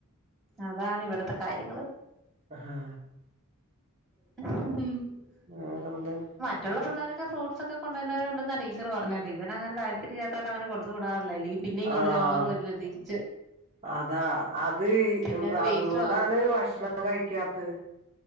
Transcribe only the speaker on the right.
ആഹാ
വേറെന്ത്
ആഹ്
അതാ അത്
അതും കൊണ്ടാണ്
ഭക്ഷണം കഴിക്കാത്ത